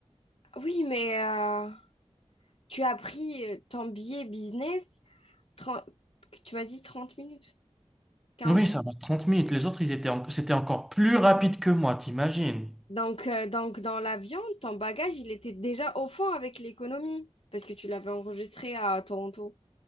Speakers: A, on the left; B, in the centre.
A: Oui, mais euh, tu as pris euh, ton billet business, 30 tu m'as dit 30 minutes, quarante
B: Oui, ça va 30 minutes. Les autres, ils étaient en- c'était encore plus rapide que moi, t'imagines?
A: Donc, euh, donc dans l'avion, ton bagage, il était déjà au fond avec l'économie, parce que tu l'avais enregistré à Toronto.